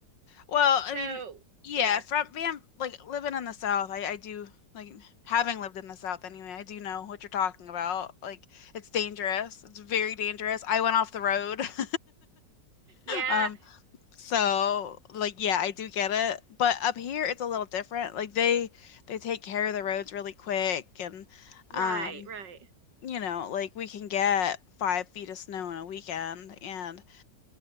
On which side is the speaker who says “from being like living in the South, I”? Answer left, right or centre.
Left